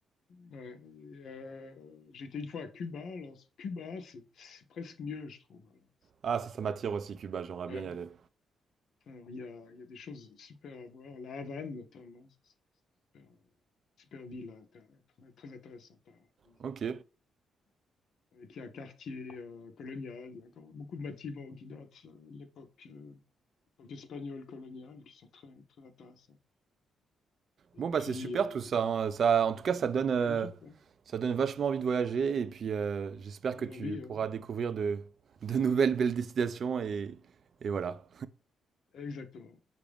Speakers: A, on the left (about 65°); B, on the right (about 50°).
A: Ouais, et, euh, j'étais une fois à Cuba, alors Cuba, c'est c'est presque mieux, je trouve. alors.
B: Ah, ça, ça m'attire aussi, Cuba, j'aimerais
A: c'est-
B: bien y aller.
A: Alors, il y a, il y a des choses super à voir. La Havane, notamment, c'est une super, super ville, hein, très, très- très intéressante à visiter.
B: Ok.
A: Avec il a un quartier euh, colonial, il y a encore beaucoup de bâtiments qui datent euh, de l'époque euh, l'époque espagnole coloniale, qui sont très, très intéressants. Et
B: Bon, bah,
A: puis,
B: c'est super
A: euh,
B: tout ça, hein. Ça, en tout cas, ça donne, euh,
A: magnifique, quoi.
B: ça donne vachement envie de voyager, et puis euh, j'espère
A: Ça donne
B: que tu
A: envie,
B: pourras
A: ouais.
B: découvrir de, de nouvelles belles destinations, et, et voilà.
A: Exactement.